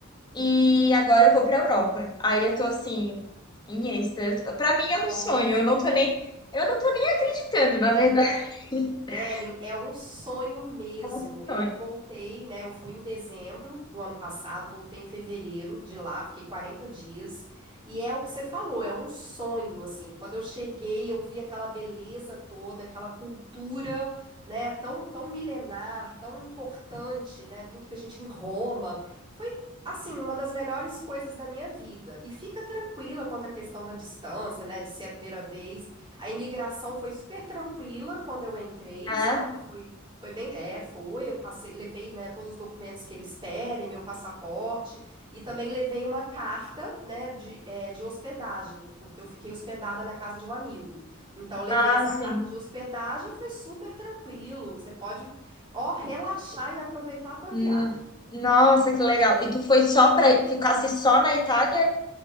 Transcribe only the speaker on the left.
E agora eu vou pra Europa. Aí eu tô assim, em êxtase. Pra mim é
um sonho. Eu não tô nem, eu não tô nem acreditando, na verdade. <laughs>
É um
sonho.
ah
Ah,
sim.
Hum,
Nossa, que legal. E tu foi só pra ficasse só na Itália